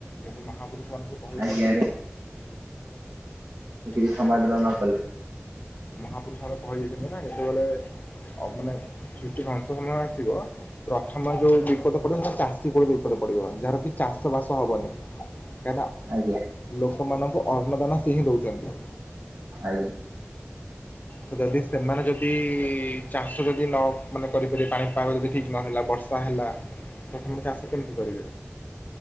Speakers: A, on the left; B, on the right.
A: ଯେମିତି ମହାପୁରୁଷ ମାନକୁ କହିଛନ୍ତି
B: ଆଜ୍ଞା ହେତିକି
A: କାହିଁକିନା
B: ସମାଧାନ
A: ଯେତେ
B: ନ କଲେ
A: ମହାପୁରୁଷ ମାନେ କହିଯାଇଛନ୍ତି ନା ଯେତେବେଳେ ମାନେ ସୃଷ୍ଟିଂ ଧ୍ୱଂସ ସମୟ ଆସିବ ପ୍ରଥମେ ଯୋଉ ବିପଦ ପଡିବ ସେ ଚାଷୀ ଉପରେ ବିପଦ ପଡିବ ଯାହାରକି ଚାଷ ବାସ ହବନି କାହିଁ ନା
B: ଆଜ୍ଞା
A: ଲୋକମାନଙ୍କୁ ଅର୍ନଦାନ ସେ ହିଁ ଦଉଛନ୍ତି।
B: ଆଜ୍ଞା।
A: ତ ଯଦି ସେମାନେ ଯଦି ଚାଷ ଯଦି ନ କରିପାରିବେ ପାଣିପାଗ ଯଦି ଠିକ ନହେଲା ବର୍ଷା ଚା ହେଲା ପ୍ରଥମେ ଚାଷ କେମିତି କରିବେ?